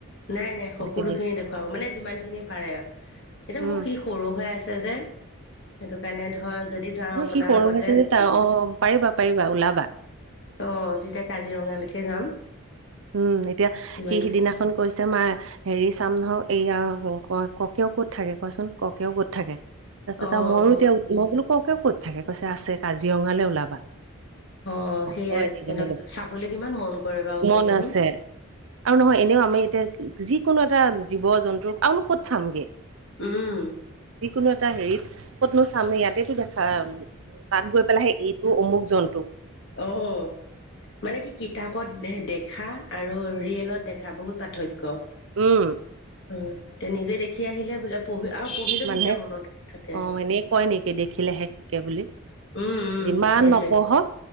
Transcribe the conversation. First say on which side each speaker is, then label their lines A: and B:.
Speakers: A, on the left; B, on the right.
A: নাই নাই
B: তেনেকে
A: সকলো
B: দিয়ে
A: খিনি দেখুৱাব মানে যিমান খিনি পাৰে আ এতিয়া মোৰ
B: উম,
A: সি সৰু হৈ আছ ছে যে সেইটো কাৰণে ধৰ যদি যাওঁ আপোনাৰ
B: সি সৰু
A: লগতে
B: হৈছে যে তাৰ অ', পাৰিবা পাৰিবা ওলাবা।
A: ত তেতিয়া কাজিৰঙালৈকে যাম
B: উম এতিয়া
A: ইমান
B: সি সিদিনাখন কৈছে মা হেৰি চাম ধৰক এইয়া ক ককেও ক'ত থাকে কোৱাচোন ককেও ক'ত থাকে তাৰপিছত
A: অ
B: আৰু মইয়ো
A: অ
B: এতিয়া মই বোলো ককেও ক'ত থাকে কৈছে আছে কাজিৰঙালৈ ওলাবা
A: অ সেইয়াই
B: হয় নেকি
A: সিহঁতক
B: বোলো
A: চাবলে কিমান মন কৰে বাৰু কওকচোন
B: মন আছে আৰু নহয় এনেও আমি এতিয়া যিকোনো এটা জীৱ-জন্তুৰ আওনো ক'ত চামগে
A: উম
B: যিকোনো এট টা হেৰিত ক'তনো চাম ইয়াতেতো দেখাম তাত গৈ পেলাই সেই এইটো অমুক জন্তু
A: টোহ মানে কি কিতাপত দেখা আৰু ৰিয়েলত দেখা বহুত পাৰ্থক্য
B: উম
A: অ তে নিজে দেখি আহিলে বোলে পঢ়ি আৰু পঢ়িলেও
B: মানুহে
A: তেতিয়া মনত থাকে
B: অ এনেই কয় নেকি দেখিলেহে শিকে বুলি
A: উম উম
B: যিমান
A: সেইটোৱে
B: নপঢ়ক